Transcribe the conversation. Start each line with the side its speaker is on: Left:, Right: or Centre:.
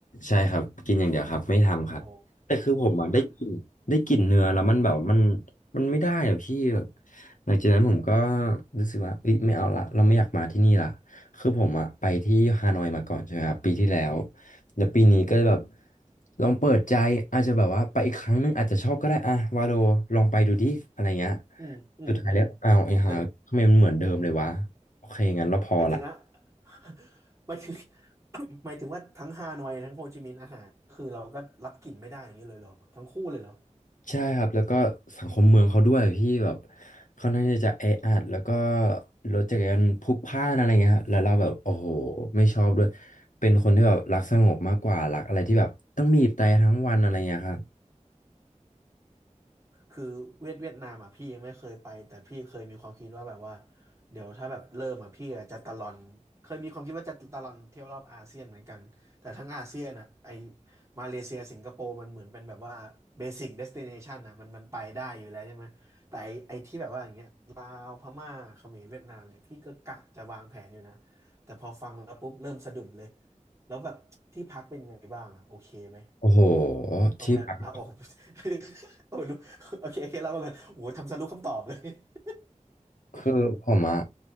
Left: ใช่ครับกินอย่างเดียวครับไม่ทำครับแต่คือผมอ่ะได้กลินได้กลินเนื้อแล้วมันแบบมัน
Right: โอ้งั้น
Left: มันไม่ได้อ่ะพี่แบบหลังจากนั้นผมก็รู้สึกว่าเอ้ยไม่เอาละเราไม่อยากมาที่นี่ละคือผมอ่ะไปที่ฮานอยมาก่อนใช่ไหมครับปีที่แล้วแล้วปีนี้ก็เลยแบบลองเปิดใจอาจจะแบบว่าไปอีกครั้งหนึงอาจจะชอบก็ได้อะวาโลลองไปดูดิอะไรเงี้ย
Right: อืม อืม
Left: สุดท้ายแล้วอ้าวไอ้ห่าทำไมมันเหมือนเดิมเลยวะ
Right: อืมเป็น
Left: โอเคงั้นเราพอละ
Right: หมายถึงอะ <laughs> หมายถึง <coughs> หมายถึงว่าทั้งฮานอยทั้งโฮจิมินห์อาหารคือเราก็รับกลิ่นไม่ได้อย่างนี้เลยเหรอทั้งคู่เลยเหรอ
Left: ใช่ครับแล้วก็สังคมเมืองเขาด้วยพี่แบบค่อนข้างที่จะแออัดแล้วก็รถจักรยานพลุกพล่านอะไรเงี้ยครับแล้วเราแบบโอ้โหไม่ชอบด้วยเป็นคนที่แบบรักสงบมากกว่ารักอะไรที่แบบต้องบีบแตรทั้งวันอะไรเงี้ยครับ
Right: คือเวียดเวียดนามอ่ะพี่ยังไม่เคยไปแต่พี่เคยมีความคิดว่าแบบว่าเดี๋ยวถ้าแบบเริ่มอ่ะพี่อะจะตะลอนเคยมีความคิดว่าจะตะลอนเที่ยวรอบอาเซียนเหมือนกันแต่ทั้งอาเซียนอ่ะไอมาเลเซียสิงคโปร์มันเหมือนเป็นแบบว่าเบสิ c เดสติเนชันอ่ะมันมันไปได้อยู่แล้วใช่ไหมแต่ไอไอที่แบบว่าอย่างเงี้ยลาวพม่าเขมรเวียดนามเนี่ยพี่ก็กะจะวางแผนอยู่นะแต่พอฟังแล้วปุ๊บเริ่มสะดุดเลยแล้วแบบที่พักเป็นไงบ้างอ่ะโอเคไหม
Left: โอ้โห
Right: โรงแรมอ่ะโอ้โห
Left: ที่พัก
Right: <laughs> โอ้โหรู้โอเคโอเคเรามาก่อนโอ้โหทำสรุปคำตอบเลย <laughs> โอเค
Left: คือผมอะ